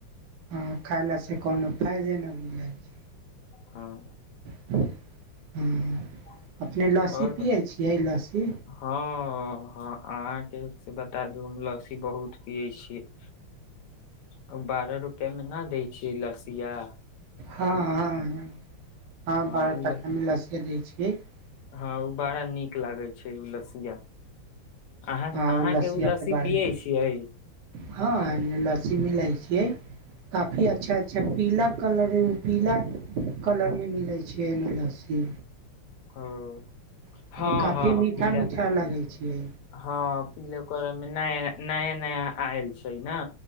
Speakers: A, on the right (about 65°); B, on the left (about 80°).
A: हँ खयलासँ कोनो फाायदे नहि बुझाइ छै
B: हँ
A: हँ
B: आओर
A: अपने लस्सी पियै छियै लस्सी
B: हँ ह अहाँके बतादु लस बहुत पियै छियै बारह रुपआ मे नहि दै छियै लस्सीन या
A: हँ हँ ह हँ बारह
B: उ
A: टाका
B: ल
A: मे लस्सी देब <unintelligible>
B: हँ उ बड़ा नीक लागे छै छै उ लसिया अहाँ
A: आ
B: अहाँके ओ
A: आब
B: लस्सी
A: तऽ बारह
B: पियै छियै
A: हँ लस्सी मिलै छियै काफी अच्छा अच्छा पीला कलर एगो पीला कलरमे मिलै छियै लस्सी
B: हाँ
A: ओ
B: हँ
A: काफी
B: हँ
A: मीठा
B: पिला
A: मीठा लगै छियै
B: हँ पिला रंग नया नया नया आयल छै ने